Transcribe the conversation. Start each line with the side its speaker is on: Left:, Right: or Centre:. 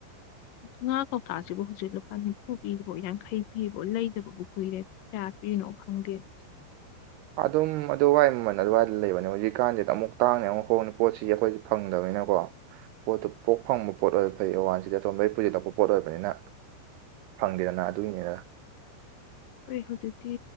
Left: ꯉꯥ ꯀꯧꯇꯥꯁꯤꯕꯨ ꯍꯧꯖꯤꯛ ꯂꯨꯄꯥ ꯅꯤꯐꯨ ꯄꯤꯔꯤꯕꯣ ꯌꯥꯡꯈꯩ ꯄꯤꯔꯤꯕꯣ ꯂꯩꯗꯕꯕꯨ ꯀꯨꯏꯔꯦ ꯌ ꯄꯤꯅꯣ ꯈꯪꯗꯦꯅꯦ
Right: ꯑꯗꯨꯝ ꯑꯗꯨꯋꯥꯏ ꯃꯃꯜ ꯑꯗꯨꯋꯥꯏꯗ ꯂꯩꯕꯅꯦ ꯍꯧꯖꯤꯛꯀꯥꯟꯁꯤꯗ ꯑꯃꯨꯛ ꯇꯥꯡꯉꯦ ꯑꯃꯨꯛ ꯍꯣꯡꯉꯦ ꯄꯣꯠꯁꯤ ꯑꯩꯈꯣꯏꯁ ꯐꯪꯗꯕꯅꯤꯅꯀꯣ ꯄꯣꯠꯇꯨ ꯄꯣꯛ ꯐꯪꯕ ꯄꯣꯠ ꯑꯣꯏꯕ ꯐꯩ ꯑꯋꯥꯟꯁꯤꯗꯤ ꯑꯇꯣꯝ ꯃꯔꯤ ꯄꯨꯁꯤꯜꯂꯛꯄ ꯄꯣꯠ ꯑꯣꯏꯕꯅꯤꯅ ꯐꯪꯗꯦꯗꯅ ꯑꯗꯨꯏꯅꯦꯗ
Left: ꯍꯣꯏ ꯍꯧꯖꯤꯛꯇꯤ